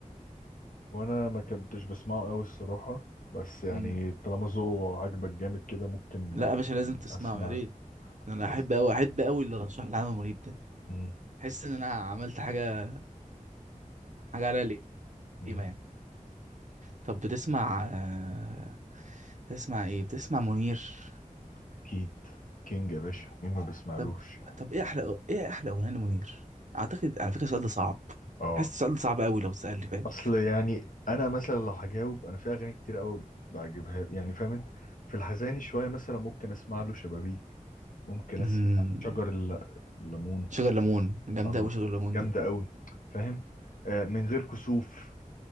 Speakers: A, on the left; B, on the right.
A: وانا ما كنتش بسمعه قوي الصراحة بس يعني
B: امم
A: طالما ذوقه عاجبك جامد كده ممكن
B: لا
A: أد-
B: يا باشا لازم
A: يعني
B: تسمعه
A: اسمع
B: يا ريت انا احب
A: لازم
B: قوي احب قوي اللي رشح لي عمرو منيب ده
A: امم
B: احس ان انا عملت حاجة حاجة عليها
A: أمم،
B: قيمة يعني. طب بتسمع آه، بتسمع ايه بتسمع منير
A: اكيد كينج يا باشا مين ما بيسمعلوش
B: طب طب ايه احلى ايه احلى اغنيه لمنير اعتقد على فكره السؤال ده صعب
A: اه
B: حاسس السؤال ده صعب قوي لو اتسالني فاهم
A: اصل يعني انا مثلا لو هجاوب انا في اغاني كتير قوي بعجبها يعني فاهم انت في الحزين شوية مثلا ممكن اسمع له شبابيك ممكن اسمع
B: أمم،
A: شجر الل- الليمون
B: شجر ليمون جامده
A: اه
B: قوي شجر ليمون
A: جامدة
B: دي
A: قوي فاهم آه من غير كسوف